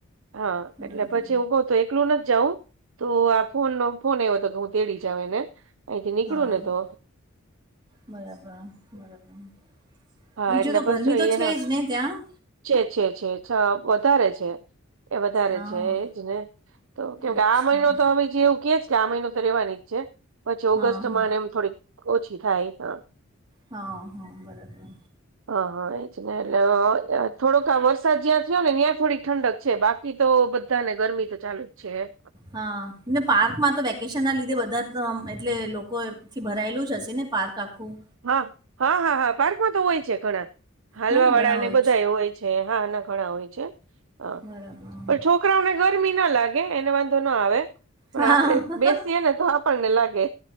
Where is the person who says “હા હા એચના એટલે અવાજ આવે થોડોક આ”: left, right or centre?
Right